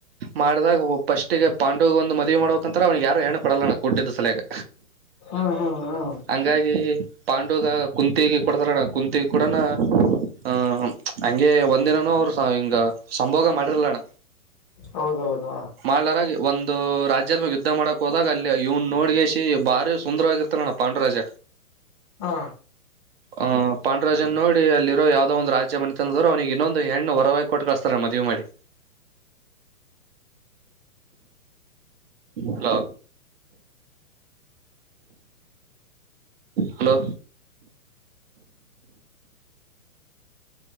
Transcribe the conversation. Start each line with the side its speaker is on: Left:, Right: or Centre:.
Right: ಮಾಡಿದಾಗ ಫಸ್ಟಿಗೆ ಪಾಂಡು ಒಂದು ಮದುವಿ ಮಾಡೋಕಂತ್ರ ಅವನಿಗೆ ಯಾರು ಹೆಣ್ಣ ಕೊಡಲ್ಲಣ್ಣ ಕುಟ್ಟಿದ್ದ ಸಲಾಗಿ
Left: ಹಾ ಹಾ ಹಾ
Right: ಹಂಗಾಗಿ ಪಾಂಡುಗ ಕುಂತಿಗೆ ಕೊಡ್ತಾರಣ ಕುಂತಿ ಕೊಡಣ್ಣ ಹ ಹಂಗೆ ಒಂದಿನಾನೂ ಅವರು ಸ ಹಿಂಗ ಸಂಭೋಗ ಮಾಡೆರಲ್ಲಣ
Left: ಹೌದೌದು
Right: ಮಾಡ್ಲಾರ ಒಂದು ರಾಜ್ಯದ ಮಾಗ ಯುದ್ಧ ಮಾಡಕ್ ಹೋದಾಗ ಅಲ್ಲಿ ಇವ್ ನೋಡಗಸಿ ಬಾರಿ ಸುಂದರವಾಗಿರ್ತಾನ ಅಣ್ಣ ಪಾಂಡುರಾಜ
Left: ಹಾ
Right: ಹ ಪಾಂಡರಾಜನ್ ನೋಡಿ ಅಲ್ಲಿರೋ ಯಾವ್ದೋ ಒಂದ್ ರಾಜ್ಯ ಬಂದ ದ್ರು ಅವನಿಗೆ ಇನ್ನೊಂದು ಹೆಣ್ಣು ಹೊರವಾಗಿ ಕೊಟ್ಟು ಕಳಸ್ತಾರೆ ಮದಿವಿ ಮಾಡಿ ಹಲೋ ಹಲೋ